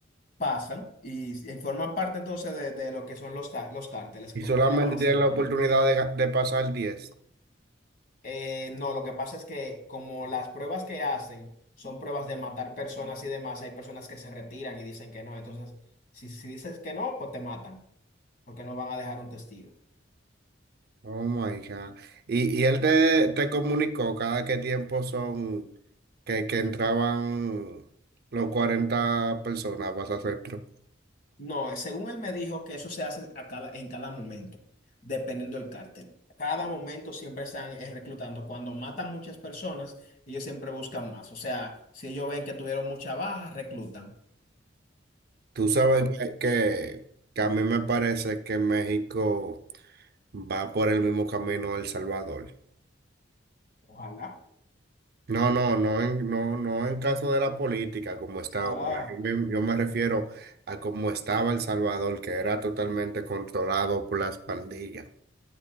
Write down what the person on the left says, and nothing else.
Pasan y, y forman parte entonces de, de lo que son los, ta- los cárteles que
como
quiera van a hacer
daño.
Eh, no, lo que pasa es que como las pruebas que hacen son pruebas de matar personas y demás, hay personas que se retiran y dicen que no. Entonces, si, si dices que no, pues te matan, porque no van a dejar un testigo.
No, eh, según él me dijo que eso se hace a cada- en cada momento, dependiendo del cártel. Cada momento siempre están eh, reclutando. Cuando matan muchas personas, ellos siempre buscan más. O sea, si ellos ven que tuvieron mucha baja, reclutan.
Pero
ojalá.
Ah.